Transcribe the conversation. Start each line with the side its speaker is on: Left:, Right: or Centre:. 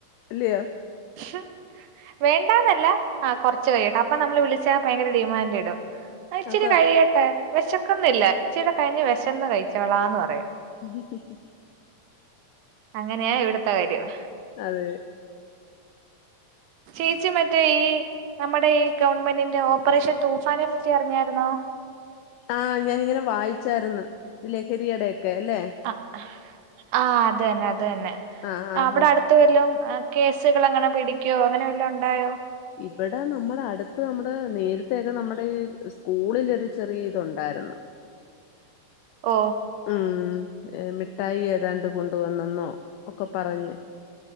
Left: ല്ലയോ
Right: ഉം വേണ്ടാന്നല്ല ആ്റച്ചു കഴിയ കേട്ടെ അപ്പൊ നമ്മൾ വിളിച്ചാ ഭയങ്കര ഡിമാൻഡ് ഇടും. ആ ഇച്ചിരി
Left: അതാ
Right: കഴിയട്ടെ വെഷക്കുന്നില്ലാ ഇച്ചിട കഴിഞ്ഞ് വിശന്ന് കഴിച്ചവളാന്ന് പറയും
Left: ഉം ഉ
Right: അങ്ങനെയാ ഇവിടത്തെ കാര്യം.
Left: അതെ.
Right: ചേച്ചി മറ്റേ ഈ നമ്മുടെ ഈ ഗവൺമെന്റിന്റെ ഓപ്പറേഷൻ തൂഫാനെ നക്കി അറിഞ്ഞായിരുന്നോ.
Left: ആഹ ഞാനിങ്ങനെ വായിച്ചായിരുന്നു ലഹരിയുടെക്കെ അല്ലെ
Right: ആഹ് അത് തന്നെ അത് തന്നെ
Left: ആ ആ
Right: അവിടെ
Left: ആ
Right: അടു. വല്ലും കേസുകൾ അങ്ങനെ പിടിക്കോ അങ്ങനെ വല്ല ഉണ്ടായോ.
Left: ഇവിടെ നമ്മുടെ അടുത്ത് നമ്മുടെ നേരത്തൊക്കെ നമ്മുടെ സ്കൂളിൽൊരു ചെറിയ ഇതുണ്ടായിരുന്നു.
Right: ഓഹ.
Left: ഉം മിഠായി ഏതാണ്ട് കൊണ്ടുവന്നെന്നോ ഒക്കെ പറഞ്ഞ്.